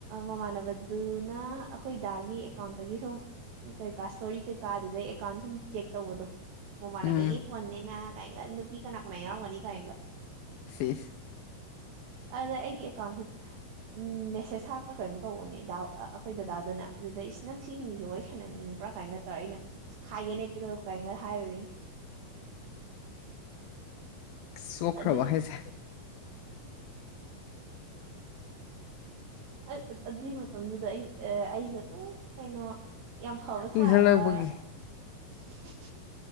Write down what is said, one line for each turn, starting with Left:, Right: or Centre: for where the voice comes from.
Right: ꯃꯃꯥꯟꯅꯕꯗꯨꯅ ꯑꯩꯈꯣꯏ ꯗꯥꯒꯤ ꯑꯦꯀꯥꯎꯟꯇꯒꯤ ꯁꯨꯝ ꯀꯩꯀꯥ ꯏꯁꯇꯣꯔꯤꯩ ꯀꯥ ꯑꯗꯨꯗꯩ ꯑꯦꯀꯥꯎꯟ ꯁꯨꯝ ꯆꯦꯛ ꯇꯧꯕꯗꯣ ꯃꯃꯥꯟꯅꯕꯒꯤ
Left: ꯎꯝ
Right: ꯐꯣꯟꯅꯤꯅ ꯀꯥꯏꯅꯒ ꯅꯨꯄꯤ ꯀꯅꯥ ꯀꯅꯥ ꯌꯥꯎꯔꯝꯒꯅꯤ ꯀꯑꯒ
Left: ꯁꯤꯁ
Right: ꯑꯗ ꯑꯩꯒꯤ ꯑꯦꯀꯥꯎꯟꯁꯤꯗ ꯃꯦꯁꯦ ꯁ ꯍꯥꯞ꯭ꯔꯥ ꯀꯔꯤꯝ ꯇꯧꯕꯅꯦ ꯑꯩꯈꯣꯏ ꯗꯗꯥꯗꯨꯅ ꯑꯗꯨꯗ ꯏꯁ ꯅꯪ ꯁꯤ ꯃꯤꯁꯦ ꯋꯥꯔꯤ ꯁꯥꯟꯅꯅꯤꯡꯕ꯭ꯔꯥ ꯀꯥꯏꯅꯒ ꯇꯧꯔꯦ ꯑꯩꯅ ꯈꯥꯏꯒꯦꯅꯦ ꯄꯤꯔꯛꯑꯣ ꯀꯥꯏ ꯉ ꯍꯥꯏꯔꯨꯨꯔꯦ
Left: ꯆꯣꯛꯈ꯭ꯔꯕ
Right: ꯑꯗꯨꯒ
Left: ꯍꯥꯏꯁꯦ
Right: ꯑ ꯑꯗꯨꯏ ꯃꯇꯝꯗꯨꯗ ꯑꯩ ꯑꯩꯁꯨꯦ ꯑꯗꯨꯝ ꯀꯩꯅꯣ ꯌꯥꯝ ꯐꯕ ꯁꯥꯔꯒ
Left: ꯏꯟꯈꯠꯂꯛꯄꯒꯤ
Right: <unintelligible>